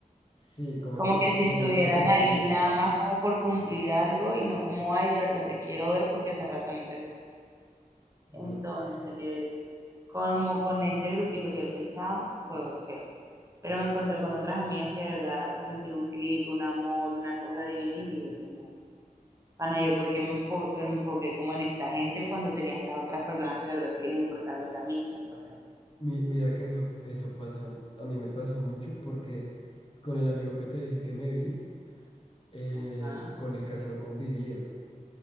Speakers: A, on the left; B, on the right.
A: Sí, como
B: como
A: estoy cumpliendo
B: que si estuvieran
A: por cumplir.
B: ahí nada más como por cumplir algo y no como, ay, de verdad te quiero ver porque hace rato no te veo.
A: No,
B: Entonces,
A: parce.
B: como con ese grupito que yo pensaba, fue feo. Pero me encontré con otras amigas que de verdad sentí un clic, un amor, una cosa divina y dije como... Ana, yo porque me enfo- enfoqué como en esta gente cuando tenía estas otras personas que de verdad sí les importaba lo que a mí me pasara.
A: Mi- mira que eso, eso pasa, a mí me pasó mucho porque con el amigo que te dije que me vi, eh,
B: Ajá.
A: con él casi no convivía.